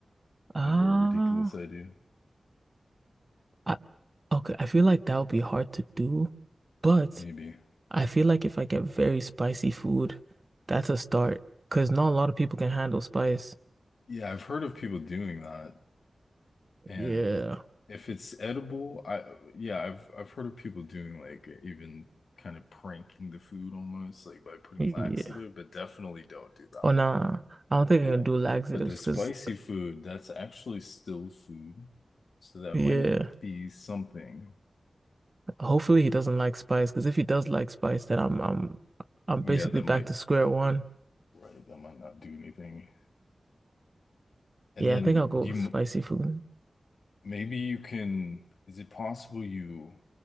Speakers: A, on the right; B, on the left.
A: Ah,
B: kind of a ridiculous idea?
A: I, okay. I feel like that would be hard to do, but
B: Maybe.
A: I feel like if I get very spicy food, that's a start because not a lot of people can handle spice.
B: Yeah, I've heard of people doing that, and
A: Yeah,
B: if it's edible, I yeah, I've I've heard of people doing like even kind of pranking the food almost like by putting
A: yeah.
B: laxative, but definitely don't do that.
A: Oh nah, I don't think
B: Yeah.
A: I can do laxatives
B: But the spicy
A: because
B: food, that's actually still food. So that
A: yeah.
B: might be something.
A: Hopefully he doesn't like spice because if he does like spice, then I'm I'm I'm
B: Yeah,
A: basically
B: that
A: back
B: might,
A: to square one.
B: right, that might not do anything. And
A: Yeah,
B: then
A: I think I'll go
B: you,
A: with spicy food.
B: maybe you can, is it possible you